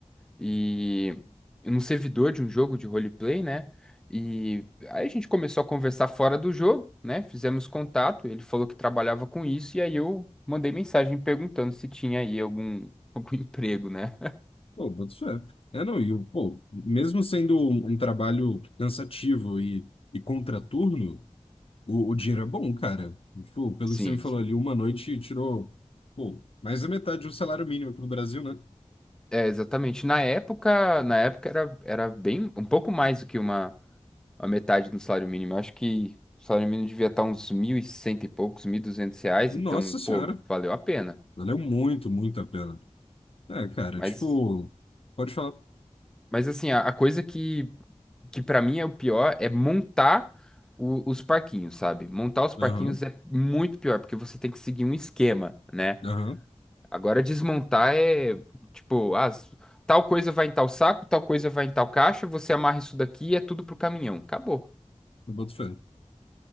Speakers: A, in the centre; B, on the left (about 50°).
A: e num servidor de um jogo de roleplay, né? E aí a gente começou a conversar fora do jogo, né? Fizemos contato, ele falou que trabalhava com isso e aí eu mandei mensagem perguntando se tinha aí algum <laughs> algum emprego, né?
B: Pô, boto fé. É, não, e o, pô, mesmo sendo um, um trabalho cansativo e, e contraturno, o, o dinheiro é bom, cara. Tipo, pelo
A: Sim,
B: que você me falou
A: sim.
B: ali, uma noite tirou, pô, mais da metade do salário mínimo aqui no Brasil, né?
A: É, exatamente. Na época, na época era, era bem, um pouco mais do que uma, a metade do salário mínimo. Eu acho que o salário mínimo devia estar uns mil e cento e poucos, mil e duzentos reais,
B: Nossa
A: então,
B: senhora,
A: pô, valeu a pena.
B: valeu muito, muito a pena. É, cara,
A: Mas,
B: tipo, pode falar.
A: mas assim, a, a coisa que, que para mim é o pior é montar o- os parquinhos, sabe? Montar os parquinhos
B: Aham,
A: é muito pior, porque você tem que seguir um esquema, né?
B: aham,
A: Agora desmontar é tipo, ah, s- tal coisa vai em tal saco, tal coisa vai em tal caixa, você amarra isso daqui e é tudo pro caminhão. Acabou.
B: eu boto fé.